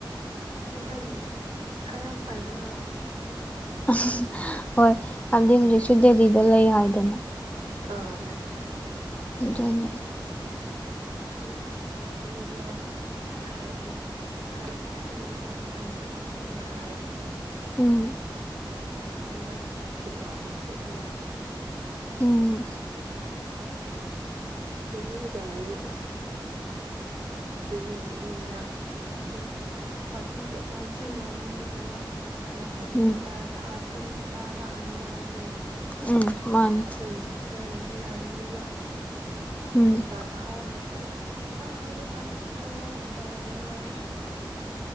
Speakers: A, on the right; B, on the left.
A: ꯃꯥꯥꯏ ꯄꯁꯥꯏ ꯌꯥꯝ ꯄꯥꯏꯃꯥ
B: <unintelligible> ꯍꯣꯏ ꯈꯗꯤ ꯍꯧꯖꯤꯛ ꯁ ꯗꯦꯜꯂꯤꯗ ꯂꯩ ꯍꯥꯏꯗꯅ
A: ꯑꯥ ꯂꯩꯦ
B: ꯑꯗꯨꯅꯤ
A: ꯎ ꯑꯗꯨ ꯃꯥꯗꯣ ꯁꯃꯥꯏꯅ ꯍꯍꯥꯟꯗꯣꯗ ꯁꯝꯗꯄ ꯀꯥꯟꯗ ꯑꯗꯨꯃꯥꯏꯅ ꯆꯠꯅꯤ ꯈꯣꯠꯅꯤ ꯍꯥꯏꯔꯦ
B: ꯎꯝ
A: ꯑꯗꯨ ꯃꯥ ꯑꯁꯤ ꯒꯥꯕꯨꯨꯔ ꯆꯅꯤ ꯍꯥꯏꯅ
B: ꯎꯝ
A: ꯊꯤꯚꯤ ꯂꯩ ꯇꯔꯗꯤ ꯑꯁ ꯆꯦꯃꯤ ꯂꯣꯛꯃꯤ ꯃꯌꯥꯝ ꯑꯗꯨꯝ ꯄꯀꯤꯡ ꯇꯞ ꯇꯁꯤꯜꯂꯣꯔꯦ ꯑꯗꯨꯗꯨꯒ ꯍꯟꯂꯛꯄꯁꯤꯗ
B: ꯎꯝ
A: ꯄꯔꯥ ꯊꯥ ꯇꯟ ꯆꯥꯔ ꯂꯥꯛꯑꯅꯤ ꯃꯥꯁꯦ
B: ꯎꯝ ꯃꯥꯅꯤ
A: ꯑꯩꯈꯣꯏꯁꯨ ꯈꯔ ꯂꯩꯦ ꯕꯤꯔꯌꯥꯅꯤꯗꯨꯒ
B: ꯎꯝ
A: ꯍꯁꯥ ꯍꯥꯎꯁ ꯌꯦꯟꯖꯥꯡ ꯍꯥꯎꯕ ꯆꯥꯅꯤꯡꯗ꯭ꯔꯣ ꯇꯧꯔꯅꯤ ꯃꯥꯅ